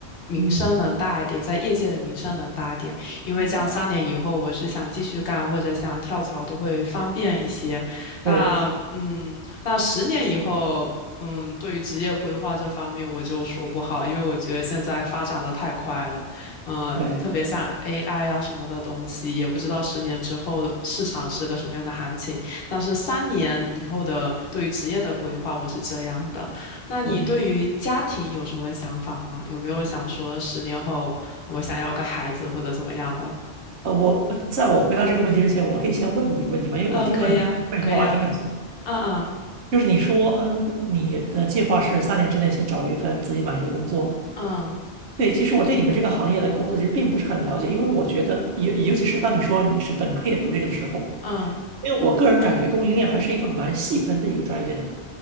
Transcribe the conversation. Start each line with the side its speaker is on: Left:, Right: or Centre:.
Left: 名声能大一点，
Right: 嗯，
Left: 在业界的名声能大一点，因为这样三年以后，
Right: 哦，
Left: 我是想继续干或者想跳槽都会方便一些。那嗯，
Right: 对
Left: 那十年以后。嗯，对于职业规划这方面，我就说不好，因为我觉得现在发展的太快了，嗯、
Right: 对
Left: 特别像 AI 啊什么的东西，也不知道十年之后市场是个什么样的行情。但是三年以后的对于职业的规划，我是这样的。那你对于家庭有什么想法吗？
Right: 对。
Left: 有没有想说十年后我想要个孩子或者怎么样的？
Right: 呃，我呃在我回答这个问题之前，我可以先问你一个问题吗？因为我听到你说一句话，
Left: 呃，可以啊，可以啊，
Right: 我还挺感兴趣的
Left: 嗯嗯
Right: 就是你说，嗯，你的计划是三年之内先找一份自己满意的工作。
Left: 嗯
Right: 对，其实我对你们这个行业的工作其实并不是很了解，因为我觉得，尤尤其是当你说你是本科也读这个的时候，
Left: 嗯
Right: 因为我个人感觉供应链还是一个蛮细分的一个专业的，